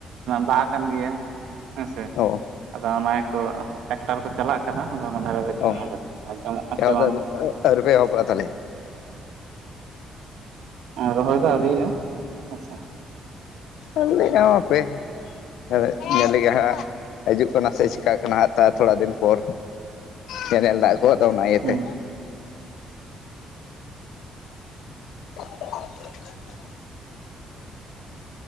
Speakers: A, on the right (about 80°); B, on the left (about 80°).
A: ᱫᱟᱜ ᱟᱠᱟᱱ ᱜᱮᱭᱟ ᱦᱮᱸ ᱥᱮ᱾
B: ᱚ᱾
A: ᱟᱫᱚ ᱚᱱᱟ ᱜᱮ ᱠᱚ ᱴᱟᱠᱴᱟᱨ ᱠᱚ ᱪᱟᱞᱟᱜ ᱠᱟᱱᱟ ᱦᱚᱞᱟ ᱢᱚᱱᱮᱨ ᱦᱟᱹᱨᱤᱡ ᱜᱮ
B: ᱚ
A: ᱦᱮᱱᱟᱜᱼᱟ ᱟᱠᱟᱫᱟ ᱟᱡᱚᱢᱚᱜ ᱠᱟᱱ
B: ᱮᱦᱚᱵ
A: ᱪᱚ ᱵᱟᱝ
B: ᱫᱚ ᱟᱹᱣᱨᱤᱯᱮ ᱮᱦᱚᱵᱚᱜᱼᱟ ᱛᱟᱦᱚᱞᱮ
A: ᱨᱚᱦᱚᱭ ᱫᱚ ᱟᱹᱣᱨᱤ ᱭᱟᱜᱼᱟ ᱦᱮᱸ ᱥᱮ᱾
B: ᱟᱹᱞᱤᱧᱟᱜ ᱦᱚ ᱯᱮ ᱦᱮ ᱧᱮᱞ ᱞᱮᱜᱮᱭ ᱦᱟᱸᱜ ᱦᱤᱡᱩᱜ ᱠᱟᱱᱟ ᱥᱮ ᱪᱤᱠᱟᱹᱜ ᱠᱟᱱᱟ ᱟᱨ ᱛᱷᱚᱲᱟ ᱫᱤᱱ ᱯᱚᱨ᱾ ᱠᱮᱱᱮᱞ ᱫᱟᱜ ᱠᱚ ᱚᱱᱟ ᱤᱭᱟᱹ
A: ᱦᱩᱸ
B: ᱛᱮ᱾ <unintelligible>